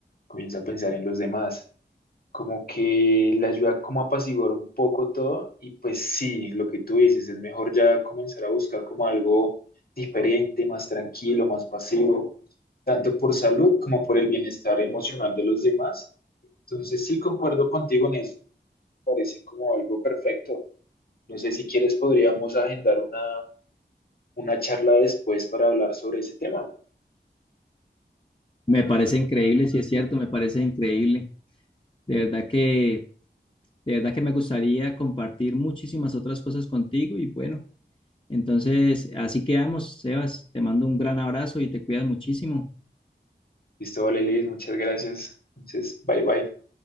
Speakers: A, on the left; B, on the left.
A: comienza a pensar en los demás. como que le ayuda como a apaciguar un poco todo y pues sí, lo que tú dices, es mejor ya comenzar a buscar como algo diferente, más tranquilo, más pasivo, tanto por salud como por el bienestar emocional de los demás. Entonces sí, concuerdo contigo en eso, parece como algo perfecto. No sé si quieres, podríamos agendar una, una charla después para hablar sobre ese tema.
B: Me parece increíble, si es cierto, me parece increíble. De verdad que, de verdad que me gustaría compartir muchísimas otras cosas contigo y bueno, entonces así quedamos, Sebas. Te mando un gran abrazo y te cuidas muchísimo.
A: Listo, vale, Liz, muchas gracias. Entonces, bye bye.